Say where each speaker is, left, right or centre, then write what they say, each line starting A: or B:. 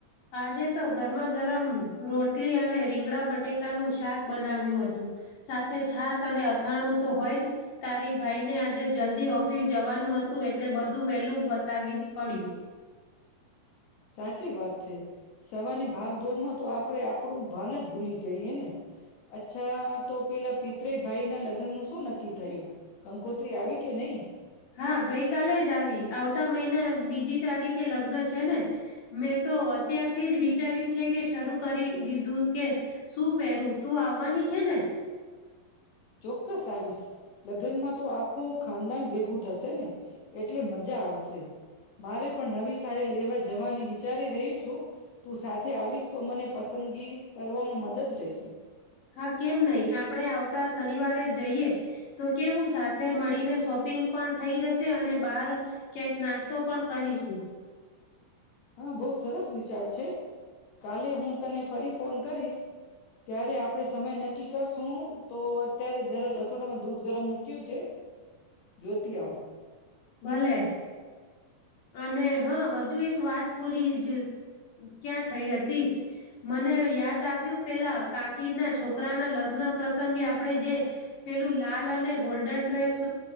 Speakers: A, on the left; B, on the left.
A: આજે તો ગરમાં ગરમ રોટલી અને રીંગડા બટેકાનું શાક બનાવ્યું હતું. સાથે છાસ અને અથાણું તો હોય જ તારી ભાઈને આજે જલ્દી ઓફિસ જવાનું હતું એટલે બધું વેલું પતાવી પડ્યું.
B: સાચી વાત છે. સવારની ભાગદોડમાં તો આપણે આપણું ભાન જ ભૂલી જઈએ ને અચ્છા તો પેલા પિતરાઈ ભાઈ ના લગનનું શું નક્કી થયું? કંકોત્રી આવી કે નહી?
A: હા ગઈ કાલે જ આવી. આવતા મહિના બીજી તારીખે લગ્ન છે ને મેં તો અત્યારથી જ વિચાર્યું છે કે શરૂ કરી દીધું કે શું પહેરું. તું આવવાની છે ને?
B: ચોક્કસ આવીશ લગનમાં તો આખું ખાનદાન ભેગું થશે ને. એટલે મજા આવશે. મારે પણ નવી સાડી લેવા જવાની વિચારી રહી છું. તું સાથે આવીશ તો મને પસંદગી કરવામાં મદદ રહેશે.
A: હા કેમ નહી આપણે આવતા શનિવારે જઈએ તો કેવું સાથે મળીને શોપિંગ પણ થઈ જશે અને બાર ક્યાંક નાસ્તો પણ કરીશું.
B: હહ બહુ સરસ વિચાર છે. કાલે હું તને ફરી ફોન કરીશ. ત્યારે આપણે સમય નક્કી કરશું તો અત્યારે જરા રસોડામાં દૂધ ગરમ મૂક્યું છે જોતી આવું.
A: ભલે અને હહ હજુ એક વાત પુરી જે ક્યાં થઈ હતી મને યાદ આવ્યું પેલા કાકી ના છોકરા ના લગ્ન પ્રસંગે આપણેે જે પેલું લાલ અને ગોલ્ડન ડ્રેસ